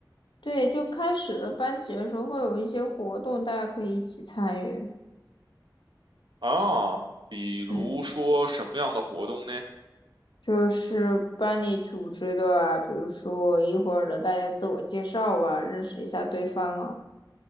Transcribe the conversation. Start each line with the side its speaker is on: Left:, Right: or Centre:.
Left: 对，就开始了班级的时候会有一些活动，大家可以一起参与。
Right: 啊，比如说什么样的活动呢？
Left: 嗯，就是班里组织的啊，比如说一会儿的大家自我介绍啊，认识一下对方啊。